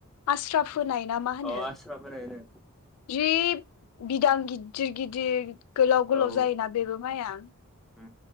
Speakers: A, on the left (about 85°); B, in the centre.
A: आस्रा फोनाय ना मा होनो
B: औ आस्रा फोनाय होनो
A: जि बिदां गिद गिदिर गिदिर गोलाव गोलाव
B: औ
A: जायोना बेबो माइया
B: उम